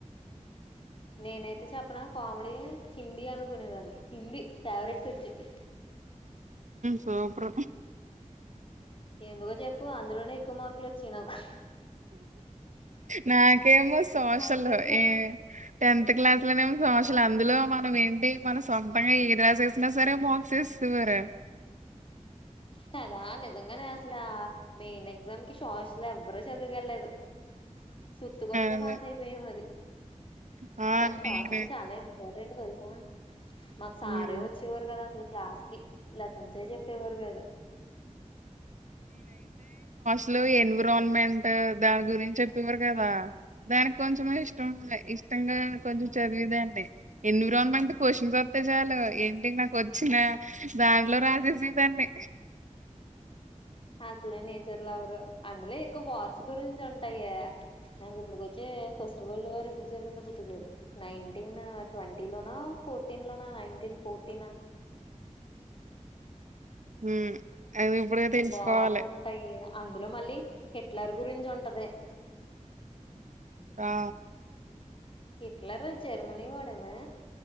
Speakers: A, on the left (about 45°); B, on the right (about 70°).
A: నేనైతే చెప్పిన కామెడీ హిందీ అనుకునేదాన్ని హిందీ ఫేవరెట్ సబ్జెక్ట్
B: సూపర్
A: ఎందుకో చెప్పు అందులోనే ఎక్కువ మార్కులు వచ్చాయి నాకు
B: నాకేమ్మె సోషల్
A: అందుకనిగా
B: ఏ టెన్త్ క్లాస్ లోనే సోషల్ అందులో మనం ఏంటి మన సొంతంగా ఏ రాజేసిన సరే మోక్స్ యేసేసేవారు
A: కదా నిజంగానే స్త అసలా మెయిన్ ఎగ్జామ్ కి సోషల్ ఎవ్వరు చదుకెళ్ళా లేదు సుతుకోడతే
B: అదే.
A: పాస్ అయిపోయాం మది
B: ఆ!
A: కానీ సోషల్
B: నేను
A: చాలా ఇంపార్టెంట్ రెండు తెలుసా మాకు సారే
B: హ్మ్.
A: వచ్చేవారు కదా అసలు క్లాస్ కి లెసన్స్ఎ చెప్పేవారు కాదు
B: ఇ లో ఎన్విరాన్మెంట్ దాని గురించి లో లోఎన్విరాన్మెంట్ దానీ గురించి చెప్పేవారు కదా దానికి కొంచం ఇష్టం ఇష్టంగా కొంచెం చదివేదాన్ని ఎన్విరాన్మెంట్ క్వశ్చన్స్ వస్తే చాలు ఏంటి నాకు వచ్చిన బ్యాంకులో రాజేసేదాన్నీ
A: అసలు నేచర్ లవరు అందులో ఎ ఇం వార్స్ గురించి ఉంటాయా నాకు ఇప్పుడిక వచ్చే ఫస్ట్ వల్డ్ వార్ ఎప్పుడు జరిగిందో గుర్తూకులేదు నైన్టీన్ ట్వంటీ లోనా ఫోర్టీన్ లోనా నైన్టీన్ ఫోర్టీనా
B: మ్మ్ అది ఇప్పుడే తెలుసుకోవాలి
A: వార్స్ ఉంటాయి అందులో మళ్ళీ హిట్లర్ గురించి ఉంటది
B: ఆ
A: హిట్లర్ జర్మనీ వాడేన